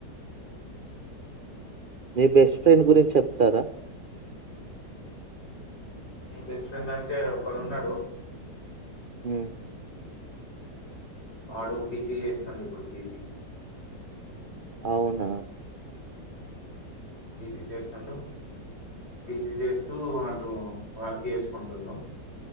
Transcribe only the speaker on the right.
మీ బెస్ట్ ఫ్రెండ్ గురించి చెప్తారా
ఉం
అవునా